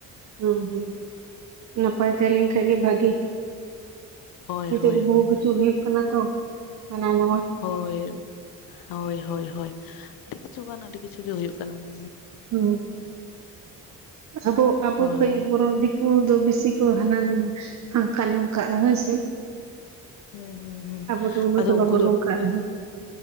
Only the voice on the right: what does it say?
ᱦᱩᱸ ᱦᱩᱸ ᱱᱟᱯᱟᱭ ᱛᱟᱦᱮᱸ ᱞᱮᱱ ᱠᱷᱟᱡ ᱜᱮ ᱵᱷᱟᱹᱜᱤ
ᱱᱤᱛᱚᱜ
ᱵᱚᱦᱩ
ᱠᱤᱪᱷᱩ ᱦᱩᱭᱩᱜ ᱠᱟᱱᱟ ᱛᱚ, ᱦᱟᱱᱟ ᱱᱟᱣᱟ᱾
ᱦᱩᱸ ᱟᱵᱚ ᱟᱵᱚ
ᱠᱷᱚᱡ
ᱵᱚᱨᱚᱱ ᱫᱤ ᱠᱩ ᱫᱚ ᱵᱮᱥᱤ ᱠᱚ ᱦᱟᱱᱟ ᱦᱚᱱᱠᱟ ᱱᱚᱝᱠᱟ ᱦᱳᱭ ᱥᱮ
ᱟᱵᱚ ᱫᱚ ᱩᱱᱟᱹᱜ
ᱫᱚ
ᱵᱟᱵᱚᱱ ᱚᱱᱠᱟᱱᱟ